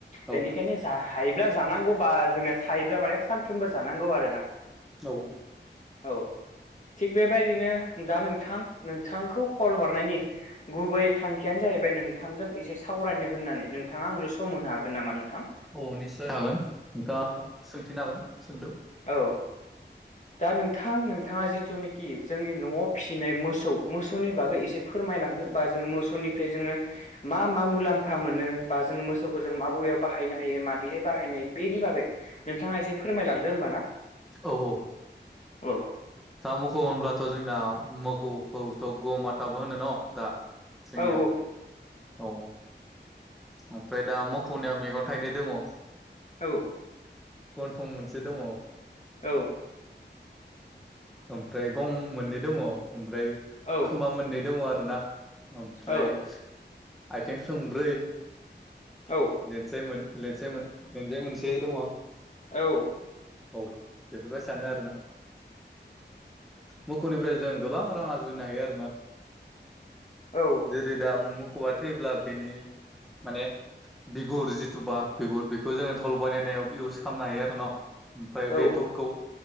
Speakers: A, in the centre; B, on the left.
A: औ
B: बेनिखायनो जा हायोब्ला जानांगौ बा जोंया थायोब्ला माने सानफ्रोमबो जानांगौ आरोना। <inaudible>
A: औ औ।
B: औ। थिग बेबायदिनो दा नोंथां नोंथांखौ कल हरनायनि गुबै थांखियानो जाहैबाय नोंथांजों एसे सावरायनो होननानै नोंथाङा आंनो सम होनो हागोन नामा नोंथां?
A: औ निस्सय हागोन नोंथाङा सोंथिनो हागोन सोंदो।
B: औ। दा नोंथां नोंथाङा जिथुनिखि जोंनि न'आव फिसिनाय मोसौ मोसौनि बागै एसे - फोरमायलांदो बा जोङो मोसौनिफ्राय जोङो मा मा मुलाम्फा मोनो बा जोङो मोसौखौ जों मा बेयाव बाहायनो हायो माबैहाय बाहायनो हायो बेनि बागै। नोंथाङा एसे फोरमायलांदो होमबाना
A: औ औ
B: औ
A: दा मोखौ होनब्लाथ' जोंना मोखौखौथ' ग माथाबो होनो न' दा। जोंनिया
B: औ
A: औ ओमफ्राय दा मोखौनिया मेगन थाइनै दङ।
B: औ।
A: गन्थं मोनसे दङ।
B: औ।
A: ओमफ्राय गं मोननै दङ ओमफ्राय
B: औ
A: खोमा मोननै दङ आरोना ओमफ्राय
B: औ
A: आयथें थोंब्रै
B: औ।
A: लेन्साय मो लेनसाय मो लेन्जाय मोनसे दङ।
B: औ।
A: औ बेफोरबायसानो आरोना मोखौनिफ्राय जों गोबां रां आरजिनो हायो आरोना।
B: औ
A: जे दा मोखौवा थैब्ला बेनि माने बिगुर जिथुबा बिगुर बेखौ जोङो धल बानायनायाव इउस खालामनो हायो आरोन' ओमफ्राय
B: औ
A: बे धलखौ